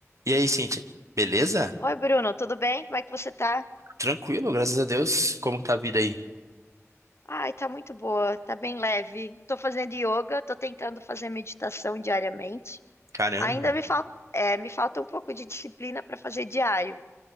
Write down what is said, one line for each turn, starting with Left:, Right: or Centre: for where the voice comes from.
Right: E aí, Cintia? Beleza?
Left: Oi, Bruno, tudo bem? Como é que você tá?
Right: Tranquilo, graças a Deus. Como que tá a vida aí?
Left: Ai, tá muito boa, tá bem leve. Tô fazendo yoga, tô tentando fazer meditação diariamente.
Right: Caramba.
Left: Ainda me falta, é, me falta um pouco de disciplina para fazer diário,